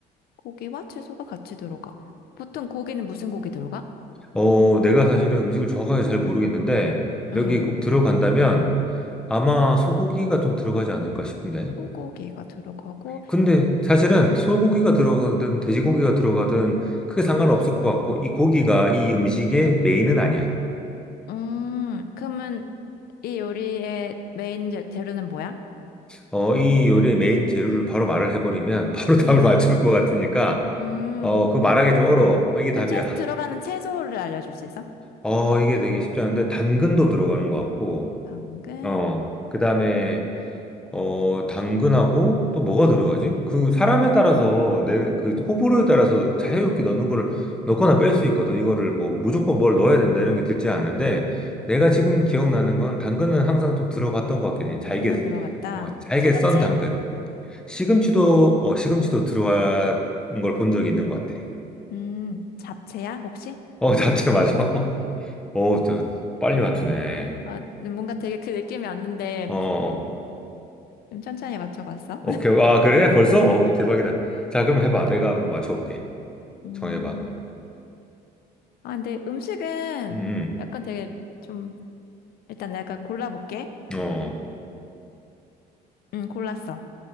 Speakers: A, on the left (about 65°); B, in the centre.
A: 고기와 채소가 같이 들어가. 보통 고기는 무슨 고기 들어가?
B: 어, 내가 사실은 음식을 정확하게 잘 모르겠는데
A: 음,
B: 여기 꼭 들어간다면 아마 소고기가 좀 들어가지 않을까 싶은데.
A: 소고기가 들어가고,
B: 근데 사실은 소고기가 들어가든 돼지고기가 들어가든 크게 상관없을 것 같고 이 고기가 이 음식의 메인은 아니야.
A: 음, 그러면 이 요리의 메인 재- 재료는 뭐야?
B: 어, 이 요리의 메인 재료를 바로 말을 해버리면 <laughs> 바로 답을
A: 응.
B: 맞출 것 같으니까
A: 음,
B: 어, 그거 말하기 좀 어려워. 어, 이게 답이야.
A: 그럼 채, 들어가는 채소를 알려줄 수 있어?
B: 어, 이게 되게 쉽지 않은데, 당근도 들어가는 것 같고,
A: 당근,
B: 어, 그 다음에, 어,
A: 고기,
B: 당근하고 또 뭐가 들어가지? 그 사람에 따라서 내 그 호불호에 따라서 자유롭게 넣는 거를 넣거나 뺄 수 있거든. 이거를 뭐 무조건 뭘 넣어야 된다 이런 게 듣지 않은데, 내가 지금
A: 음,
B: 기억나는 건 당근은 항상 좀 들어갔던 것 같긴 해.
A: 당근
B: 잘게,
A: 항상 들어갔다.
B: 어, 잘게
A: 시금치?
B: 썬 당근. 시금치도, 어, 시금치도 들어간 걸 본 적이 있는 것 같아.
A: 음, 잡채야, 혹시?
B: 어, 잡채 맞아. <laughs> 어, 저 빨리 맞추네.
A: 어, 뭔가 되게 그 느낌이 왔는데,
B: 어.
A: 좀 천천히 맞춰봤어?
B: 오케이. 아, 그래? 벌써? 어,
A: <laughs> 음.
B: 대박이다. 자, 그럼 해봐. 내가 한번 맞춰볼게.
A: 음.
B: 정해봐.
A: 아, 근데 음식은
B: 음,
A: 약간 되게 좀, 일단 내가 골라볼게.
B: 음. 어, 어.
A: 응, 골랐어.